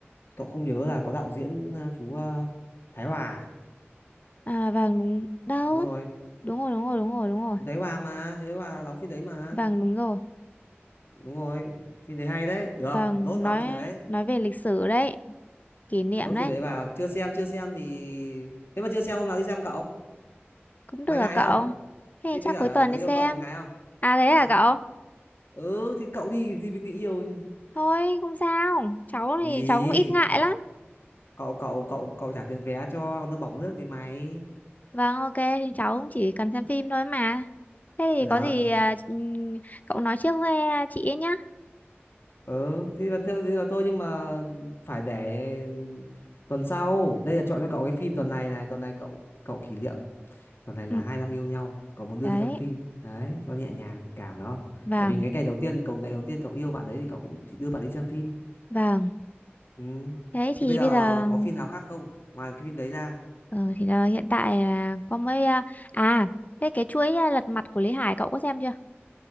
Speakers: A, on the left; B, on the left.
A: cậu không nhớ là có đạo diễn ờ, chú ờ, Thái Hòa à?
B: À, vâng, đúng. Đâu?
A: đúng rồi
B: Đúng rồi, đúng rồi, đúng rồi, đúng rồi.
A: chú Thái Hòa mà chú Thái Hòa đóng phim đấy mà
B: Vâng, đúng rồi.
A: đúng rồi phim đấy hay đấy được
B: Vâng,
A: lốt vào
B: nói
A: phim đấy
B: nói về lịch sử đấy, kỷ niệm
A: lốt
B: đấy.
A: phim đấy vào chưa xem chưa xem thì nếu mà chưa xem hôm nào đi xem cậu
B: Cũng được
A: mày
B: à
A: ngại
B: cậu.
A: không
B: Thế
A: đi với
B: chắc
A: cả
B: cuối tuần
A: người
B: đi
A: yêu
B: xem.
A: cậu mày ngại không
B: À thế à
A: hả
B: cậu?
A: ừ thì cậu đi đi với người yêu
B: Thôi không sao. Cháu
A: đi
B: thì
A: đi
B: cháu cũng ít ngại
A: cậu
B: lắm.
A: cậu cậu cậu cậu trả tiền vé cho còn nước bỏng nước thì mày
B: Vâng ok thì cháu cũng chỉ cần xem phim thôi mà. Thế thì
A: được
B: có gì à, ừm, cậu nói trước với à, chị ấy nhá.
A: ừ thế là theo thế là tôi nhưng mà phải để tuần sau đây là chọn cho cậu cái phim tuần này này tuần này cậu cậu kỷ niệm tuần này là
B: Ừ,
A: 25 yêu nhau cậu muốn đưa
B: đấy.
A: đi xem phim đấy cho nhẹ nhàng tình cảm phải không
B: Vâng,
A: tại vì cái ngày đầu tiên cậu ngày đầu tiên cậu yêu bạn đấy thì cậu cũng chỉ đưa bạn đi xem phim
B: vâng.
A: ừ.
B: Thế thì
A: thế bây giờ
B: bây giờ
A: có phim nào khác không ngoài cái phim đấy ra
B: ờ, thì là hiện tại là có mấy à à, thế cái chuỗi à, lật mặt của Lý Hải cậu có xem chưa?